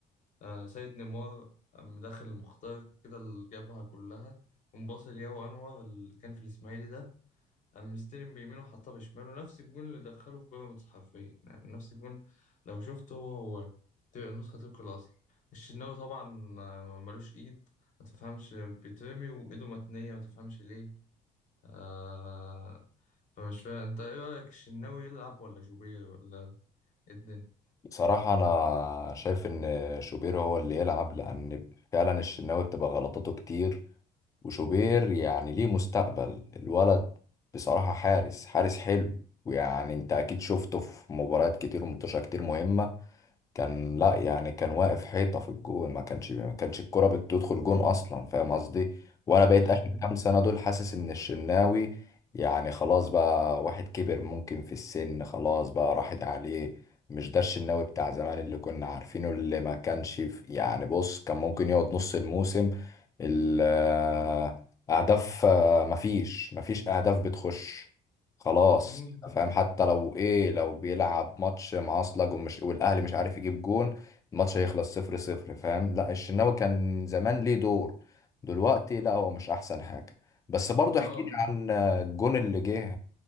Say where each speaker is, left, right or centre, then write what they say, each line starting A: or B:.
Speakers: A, on the left; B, on the left.
A: آه، سيد نيمار قام داخل المخترق كده اللي جابها كلها ومباصي لياو أنور اللي كان في الإسماعيلي ده قام مستلم بيمينه وحطها بشماله نفس الجون اللي دخله في بيراميدز حرفيا يعني نفس الجون لو شفته هو هو ت- نسخة طبق الأصل الشناوي طبعا آه، ملوش إيد ما تفهمش بيترمي وإيده متنية ما تفهمش ليه آه فمش فاهم أنت إيه رأيك الشناوي يلعب ولا شوبير ولا إيه الدنيا
B: بصراحة انا شايف ان شوبير هو اللي يلعب لان فعلا الشناوي بتبقى غلطاته كتير وشوبير يعني ليه مستقبل الولد بصراحة حارس حارس حلو ويعني انت اكيد شفته في مباريات كتير ومنتشرة كتير مهمة كان لا يعني كان واقف حيطة في الجون ما كانش ما كانش الكرة بتدخل جون أصلا فاهم قصدي وأنا بقيت
A: أيوه
B: آخر كام سنة دول حاسس إن الشناوي يعني خلاص بقى واحد كبر ممكن في السن خلاص بقى راحت عليه مش ده الشناوي بتاع زمان اللي كنا عارفينه اللي ما كانش في يعني بص كان ممكن يقعد نص الموسم ال- آه، أهداف آه، مفيش مفيش أهداف بتخش خلاص
A: أمم.
B: فاهم حتى لو ايه لو بيلعب ماتش معصلج ومش والاهلي مش عارف يجيب جون الماتش هيخلص صفر صفر فاهم لا الشناوي كان زمان ليه دور دلوقتي لا هو مش احسن حاجه بس برضه
A: آه
B: احكي لي عن الجون اللي جه